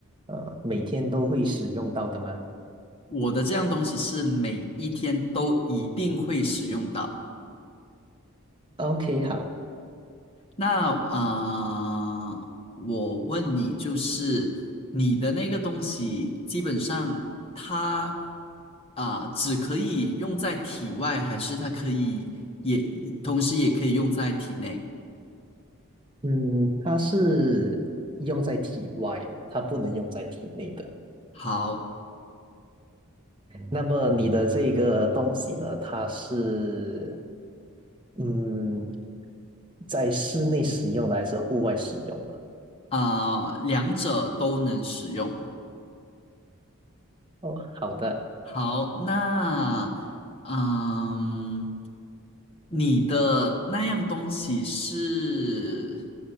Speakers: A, on the right; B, on the left.
A: 呃每天都会使用到的吗
B: 我的这样东西是每一天都一定会使用到。
A: ？OK，好。
B: 那啊、呃我问你，就是你的那个东西，基本上它啊、只可以用在体外，还是它可以也同时也可以用在体内？
A: 嗯，它是用在体外的，它不能用在体内的。
B: 好
A: 那么你的这个东西呢？它是嗯，在室内使用的还是户外使用的？
B: 啊、两者都能使用。
A: 哦，好的。
B: 好，那嗯，你的那样东西是，